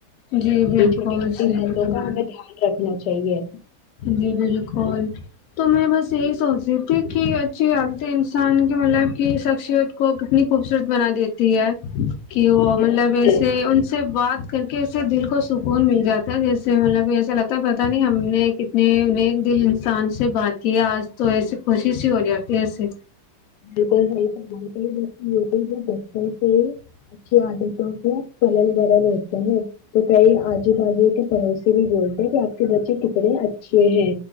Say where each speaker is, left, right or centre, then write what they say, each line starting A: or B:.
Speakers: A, on the left; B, on the left.
A: جی بالکل
B: یہ چھوٹی چھوٹی
A: صحیح
B: باتوں
A: فرمایا
B: کا ہمیں دھیان رکھنا چاہیے
A: جی بالکل تو میں بس یہی سوچ رہی تھی کہ اچھی غالطیں انسان کے مطلب کی شخصیت کو کتنی خوبصورت بنا دیتی ہے کہ وہ
B: بالکل
A: مطلب ایسے ان سے بات کر کے اس سے دل کو سکون مل جاتا ہے جس سے مطلب ایسا لگتا ہے پتاہ نہیں ہم نے نے انہیں دل انسان سے بات کی آج تو ایسے کوشش ہی ہو جاتی ایسے
B: بالکل صی فمال کئی بچے ہوتے جو بچوں سے اچھی عادتوں سے پلل برل ہوتے ہیں تو کئی آجو باازو کے پڑس بھی بولتے ہیں کہ آپ کے بچے کتنے اچھے ہیں